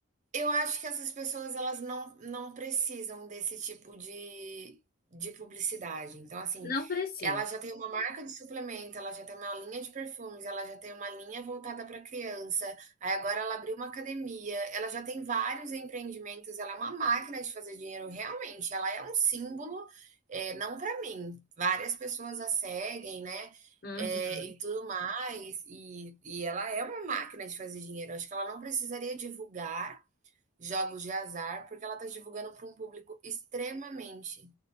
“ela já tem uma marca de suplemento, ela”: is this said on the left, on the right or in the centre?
Right